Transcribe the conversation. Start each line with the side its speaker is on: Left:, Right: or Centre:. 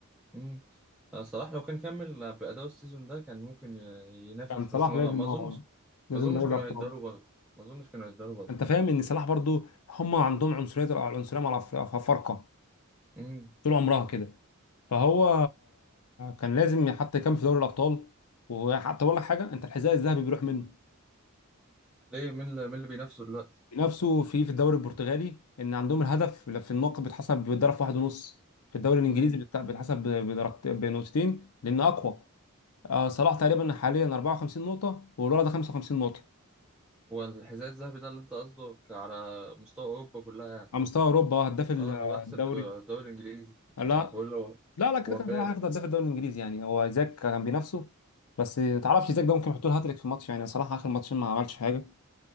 Centre: امم آه، صلاح لو كان كمل بأداء السيزون ده كان ممكن ي- ينافس
Left: كان
Centre: بس
Left: صلاح
Centre: ما
Left: لازم
Centre: ما اظنش
Left: هو لازم
Centre: ما اظنش
Left: دوري
Centre: كانوا
Left: الابطال
Centre: هيداروا برضه ما اظنش كانوا هيداروا برضه
Left: انت فاهم ان صلاح برضو هم عندهم عنصريه العنصريه مع الأف- الافارقه
Centre: امم
Left: طول عمرها كده فهو كان لازم يحط كام في دوري الابطال وحتى اقول لك حاجه انت الحذاء الذهبي بيروح منه
Centre: ليه مين اللي مين اللي بينافسه دلوقتي
Left: بنفسه في في الدوري البرتغالي ان عندهم الهدف في النقط بيتحسب بضرب واحد ونص في الدوري الانجليزي
Centre: امم
Left: بت- بيتحسب بدرجت- بنقطتين لان اقوى آه، صلاح تقريبا حاليا 54 نقطه والولد ده 55 نقطه
Centre: هو الحذاء الذهبي ده اللي انت قصدك على مستوى اوروبا كلها يعني
Left: على مستوى اوروبا آه، هداف ال-
Centre: اه
Left: الدوري
Centre: انا بحسب آه، الدوري الانجليزي
Left: لا
Centre: انا بقول له هو
Left: لا لا كده
Centre: هو
Left: كان
Centre: فارق
Left: صلاح هياخد هداف الدوري الانجليزي يعني هو زاك كان بينافسه بس ما تعرفش زاك ده ممكن يحط له هاتريك في ماتش يعني صلاح اخر ماتشين ما عملش حاجه